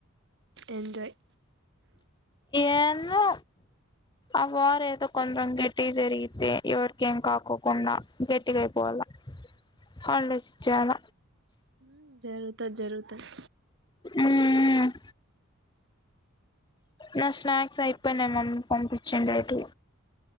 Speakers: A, on the right; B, on the left.
A: ఎంజాయ్
B: ఏందో ఆ వార్ ఏదో కొంచం గట్టిగా జరిగితే ఎవర్కి ఏం కాకోకుండా గట్టిగా అయిపోవాల్ల హాలిడేస్ ఇచ్చేయాల
A: ఉమ్ జరుగుతది జరుగుతది
B: మ్మ్ నా స్నాక్స్ అయిపోయినయి మమ్మీ పంపించండి అటు